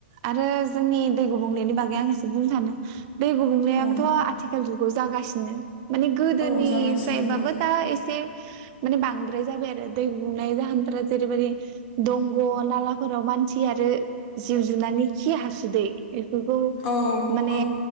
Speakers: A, on the right; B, on the left.
A: आरो जोंनि दै गुबुंलेनि बागै आं एसे बुंनो सानो दै गुबुंलेयाबोथ'
B: औ
A: आथिखाल जुगाव जागासिनो। माने गोदोनिफ्रायबाबो
B: औ जागासिनो बहुद
A: दा एसे माने बांद्राय जाबाय आरो दै गुबुंनाय जाहोनफोरा जेरैबायदि दंग' नालाफोराव मानसि आरो जिउ जुनारनि खि हासुदै बेफोरखौ
B: औ
A: माने
B: औ